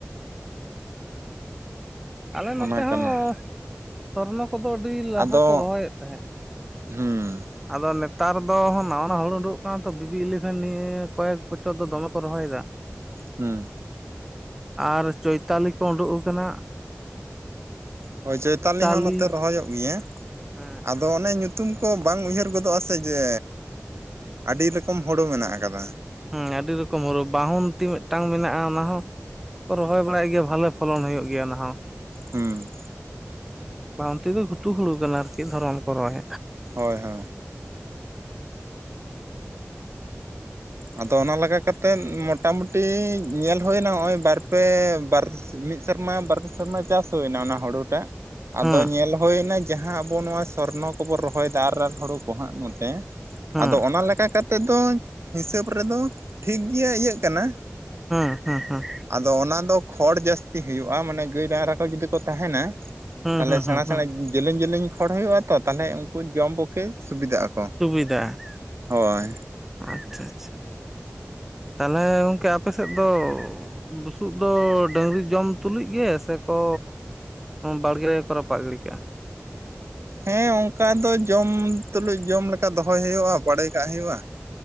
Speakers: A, in the centre; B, on the right.
A: ᱟᱞᱮ ᱱᱚᱛᱮ
B: ᱚᱱᱟ
A: ᱦᱚᱸ
B: ᱠᱟᱱᱟ
A: ᱥᱚᱨᱱᱚ ᱠᱚᱫᱚ ᱟᱹᱰᱤ ᱞᱟᱦᱟ
B: ᱟᱫᱚ
A: ᱠᱚ ᱨᱚᱦᱚᱭᱮᱫ ᱛᱟᱦᱮᱸᱫ
B: ᱦᱩᱸ᱾
A: ᱟᱫᱚ ᱱᱮᱛᱟᱨ ᱫᱚ ᱱᱟᱣᱟ ᱱᱟᱣᱟ ᱦᱩᱲᱩ ᱩᱰᱩᱠ ᱠᱟᱱᱟ ᱛᱚ, ᱵᱤᱵᱤ ᱤᱞᱤᱵᱷᱮᱱ ᱱᱤᱭᱟᱹ ᱠᱚᱭᱮᱠ ᱵᱚᱪᱷᱚᱨ ᱫᱚ ᱫᱚᱢᱮ ᱠᱚ ᱨᱚᱦᱚᱭ ᱮᱫᱟ᱾
B: ᱦᱩᱸ᱾
A: ᱟᱨ ᱪᱳᱭᱛᱟᱞᱤ ᱠᱚ ᱩᱰᱩᱠ ᱟᱠᱟᱱᱟ᱾
B: ᱦᱳᱭ ᱪᱳᱭᱛᱟᱞᱤ
A: ᱢᱤᱛᱟᱞᱤ
B: ᱦᱚᱸ ᱱᱚᱛᱮ ᱨᱚᱦᱚᱭᱚᱜ ᱜᱮᱭᱟ᱾
A: ᱦᱮᱸ
B: ᱟᱫᱚ ᱟᱫᱚ ᱚᱱᱮ ᱧᱩᱛᱩᱢ ᱠᱚ ᱵᱟᱝ ᱩᱭᱦᱟᱹᱨ ᱜᱚᱫᱚᱜᱼᱟ ᱥᱮ ᱡᱮ ᱟᱹᱰᱤ ᱨᱚᱠᱚᱢ ᱦᱳᱲᱩ ᱢᱮᱱᱟᱜ ᱟᱠᱟᱫᱟ᱾
A: ᱦᱮᱸ ᱟᱹᱰᱤ ᱨᱚᱠᱚᱢ ᱦᱚᱲᱩ ᱵᱟᱦᱩᱱᱛᱤ ᱢᱤᱫᱴᱟᱝ ᱢᱮᱱᱟᱜᱼᱟ᱾ ᱚᱱᱟ ᱦᱚᱸ ᱠᱚ ᱨᱚᱦᱚᱭ ᱵᱟᱲᱟᱭᱮᱫ ᱜᱮᱭᱟ᱾ ᱵᱷᱟᱞᱮ ᱯᱷᱚᱞᱚᱱ ᱦᱩᱭᱩᱜ ᱜᱮᱭᱟ, ᱚᱱᱟ ᱦᱚᱸ᱾
B: ᱦᱮᱸ᱾
A: ᱵᱟᱝᱟᱱᱛᱤ ᱫᱚ ᱜᱷᱩᱴᱩ ᱦᱩᱲᱩ ᱠᱟᱱᱟ ᱟᱨᱠᱤ ᱫᱷᱚᱨᱚᱢ ᱠᱚᱨᱚᱭ
B: ᱦᱳᱭ, ᱦᱳᱭ᱾ ᱟᱫᱚ ᱚᱱᱟ ᱞᱟᱜᱟ ᱠᱟᱛᱮᱫ ᱢᱚᱴᱟᱢᱩᱴᱤ ᱧᱮᱞ ᱦᱩᱭᱮᱱᱟ ᱱᱚᱜᱼᱚᱭ ᱵᱟᱨᱯᱮ ᱵᱟᱨ ᱢᱤᱫ ᱥᱮᱨᱢᱟ ᱵᱟᱨ ᱥᱮᱨᱢᱟ ᱪᱟᱥ ᱦᱩᱭ ᱮᱱᱟ ᱚᱱᱟ ᱦᱩᱲᱩ ᱴᱟᱜ ᱟᱫᱚ
A: ᱦᱮᱸ
B: ᱧᱮᱞ ᱦᱩᱭᱱᱟ ᱡᱟᱦᱟᱸ ᱟᱵᱚ ᱱᱚᱣᱟ ᱥᱚᱨᱱᱚ ᱠᱚᱵᱚᱱ ᱨᱚᱦᱚᱭ ᱮᱫᱟ ᱟᱨ ᱦᱩᱲᱩ ᱠᱚ ᱦᱟᱸᱜ ᱱᱚᱛᱮ
A: ᱦᱮᱸ
B: ᱟᱫᱚ ᱚᱱᱟ ᱞᱮᱠᱟ ᱠᱟᱛᱮ ᱛᱮᱫᱚ ᱦᱤᱥᱟᱹᱵ ᱨᱮᱫᱚ ᱴᱷᱤᱠ ᱜᱮ ᱤᱭᱟᱹᱜ ᱠᱟᱱᱟ᱾
A: ᱦᱮᱸ ᱦᱮᱸ ᱦᱮᱸ᱾
B: ᱟᱫᱚ ᱚᱱᱟ ᱫᱚ ᱠᱷᱚᱲ ᱡᱟᱹᱥᱛᱤ ᱦᱩᱭᱩᱜᱼᱟ᱾ ᱢᱟᱱᱮ ᱜᱟᱹᱭ ᱰᱟᱝᱜᱽᱨᱟ ᱠᱚ ᱡᱩᱫᱤ ᱠᱚ ᱛᱟᱦᱮᱱᱟ᱾
A: ᱦᱮᱸ
B: ᱛᱟᱦᱚᱞᱮ
A: ᱦᱮᱸ
B: ᱥᱮᱬᱟ
A: ᱦᱮᱸ
B: ᱥᱮᱬᱟ
A: ᱦᱮᱸ
B: ᱡᱮᱞᱮᱧ ᱡᱮᱞᱮᱧ ᱠᱷᱚᱲ ᱦᱩᱭᱩᱜᱼᱟ ᱛᱚ, ᱛᱟᱞᱚᱦᱮ ᱩᱱᱠᱩ ᱡᱚᱢ ᱯᱚᱠᱷᱮ ᱥᱩᱵᱤᱫᱷᱟᱜ ᱟᱠᱚ᱾
A: ᱥᱩᱵᱤᱫᱷᱟ᱾
B: ᱦᱳᱭ
A: ᱟᱪᱪᱷᱟ, ᱟᱪᱪᱷᱟ᱾ ᱛᱟᱦᱚᱞᱮ ᱜᱚᱝᱠᱮ ᱟᱯᱮ ᱥᱮᱫ ᱫᱚ ᱵᱩᱥᱩᱵ ᱫᱚ ᱰᱟᱹᱝᱨᱤ ᱡᱚᱢ ᱛᱩᱞᱩᱡ ᱜᱮ ᱥᱮ ᱠᱚ ᱵᱟᱲᱜᱮ ᱨᱮᱠᱚ ᱨᱟᱯᱟᱜ ᱜᱤᱰᱤ ᱠᱟᱜᱼᱟ?
B: ᱦᱮᱸ ᱚᱱᱠᱟ ᱫᱚ ᱡᱚᱢ ᱛᱩᱞᱩᱡ ᱡᱚᱢ ᱞᱮᱠᱟ ᱫᱚᱦᱚᱭ ᱦᱩᱭᱩᱜᱼᱟ᱾ ᱵᱟᱲᱮ ᱠᱟᱜ ᱦᱩᱭᱩᱜᱼᱟ᱾